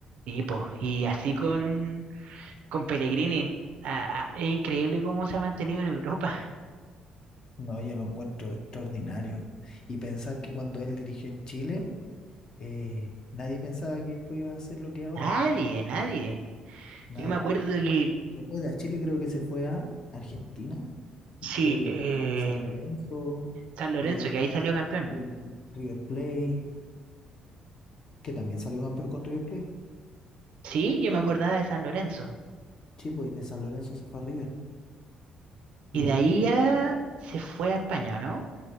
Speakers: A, on the right; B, on the left.
A: Sí, po, Y así con, con Pellegrini. Ah, ah, es increíble cómo se ha mantenido en Europa.
B: No, yo lo encuentro extraordinario. Y pensar que cuando él dirigió en Chile, eh, nadie pensaba que después iba a hacer lo
A: <laughs>
B: que es ahora,
A: Nadie,
B: po.
A: nadie.
B: Nadie.
A: Yo me acuerdo que
B: Después de Chile creo que se fue a Argentina,
A: sí,
B: creo que
A: eh,
B: dirigió Sa- San Lorenzo,
A: San Lorenzo,
B: eh,
A: que ahí salió campeón.
B: River River Plate, que también salió campeón con River Plate.
A: Sí, yo me acordaba de San Lorenzo.
B: Sí, pues de San Lorenzo se fue a River.
A: Y
B: Y de
A: de ahí
B: River
A: ya se fue a España, ¿o ¿no?